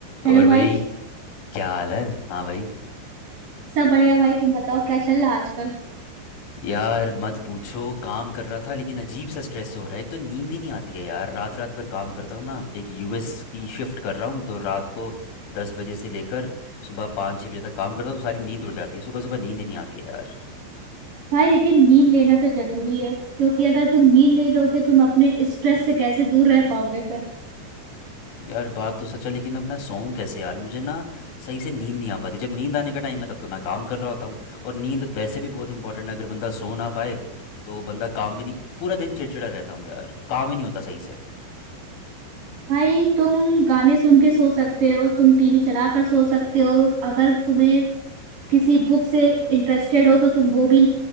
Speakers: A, on the right; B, on the left.
A: Hello
B: और भाई
A: भाई
B: क्या हाल है हाँ भाई
A: सब बढ़िया भाई तुम बताओ क्या चल रहा है आजकल
B: यार मत पूछो काम कर रहा था लेकिन अजीब सा स्ट्रेस हो रहा है एक तो नींद ही नहीं आती है यार रात रात भर काम करता हूँ ना एक यूएस की शिफ्ट कर रहा हूँ तो रात को दस बजे से लेकर सुबह पाँच छः बजे तक काम करता हूँ तो सारी नींद उड़ जाती है सुबह सुबह नींद ही नहीं आती है यार
A: भाई लेकिन नींद लेना तो जरूरी है क्योंकि अगर तुम नींद नहीं लोगे तुम अपने स्ट्रेस से कैसे दूर रह पाओगे फिर
B: यार बात तो सच है लेकिन अब मैं सोऊं कैसे यार मुझे ना सही से नींद नहीं आ पाती जब नींद आने का टाइम है तब तो मैं काम कर रहा होता हूँ और नींद वैसे भी बहुत इंपॉर्टेंट है अगर बंदा सो ना पाए तो बंदा काम भी नहीं पूरा दिन चिड़चिड़ा रहता हूँ यार काम ही नहीं होता सही से
A: भाई तुम गाने सुन के सो सकते हो तुम टीवी चला कर सो सकते हो अगर तुम्हें किसी बुक से इंटरेस्टेड हो तो तुम वो भी